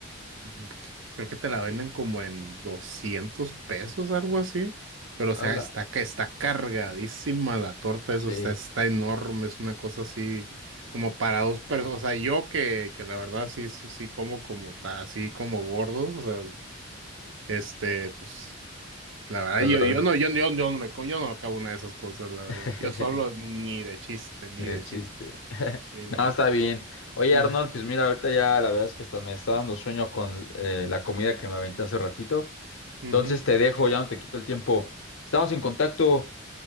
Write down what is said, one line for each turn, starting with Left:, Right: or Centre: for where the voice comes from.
Right: mm, Creo que te la venden como en 200 pesos, algo así. Pero,
Left: Ala,
Right: o sea, está, ca- está cargadísima la torta,
Left: sí,
Right: eso está, está enorme, es una cosa así como para dos personas. O sea, yo que, que la verdad sí, sí sí como como ta- así como gordo, o sea, este, pues, la verdad,
Left: ya
Right: yo,
Left: la...
Right: yo no, yo, yo, yo no me, co- yo no me acabo una de esas cosas, la verdad.
Left: <laughs>
Right: Yo solo ni de chiste, ni
Left: Qué
Right: de
Left: chiste.
Right: chiste.
Left: <laughs>
Right: Sí, no.
Left: No, está bien. Oye,
Right: Ujú,
Left: Arnold, pues mira, ahorita ya la verdad es que hasta me está dando sueño con eh, la comida que me aventé hace ratito.
Right: ujú.
Left: Entonces te dejo, ya no te quito el tiempo. Estamos en contacto.